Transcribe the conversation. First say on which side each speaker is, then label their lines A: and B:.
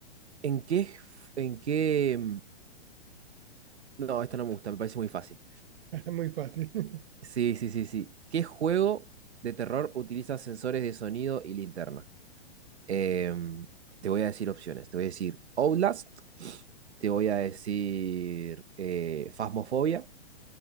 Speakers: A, on the right (about 85°); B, on the right (about 60°).
A: ¿En qué, en qué... mm, No, esta no me gusta, me parece muy fácil.
B: <laughs> muy fácil. <laughs>
A: Sí, sí, sí, sí. ¿Qué juego de terror utiliza sensores de sonido y linterna? Em, te voy a decir opciones. Te voy a decir Outlast, te voy a decir eh, Phasmophobia,